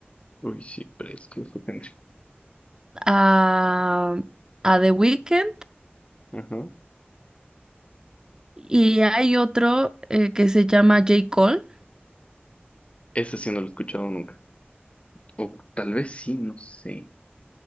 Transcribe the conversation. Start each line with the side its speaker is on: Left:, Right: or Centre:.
Left: Uy, sí, precioso, Henry.
Right: a, a The Weeknd
Left: Ajá.
Right: y hay otro eh, que se llama J. Cole.
Left: Ese sí no lo he escuchado nunca. O tal vez sí, no sé.